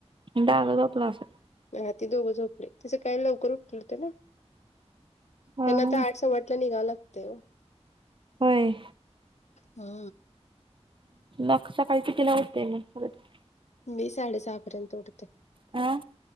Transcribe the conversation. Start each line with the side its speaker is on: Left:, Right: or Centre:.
Right: दादा झोपला असल?
Left: होय ते दोघं झोपले, ते सकाळी लवकर उठ ले ते ना,
Right: हा
Left: त्यांना आता
Right: हा.
Left: आठ सव्वा आठला निघावं लागतंय ओ.
Right: होय?
Left: हा.
Right: नाख सकाळी कितीला उठलेलं <unintelligible>
Left: मी साडेसहा पर्यंत उठते,
Right: हा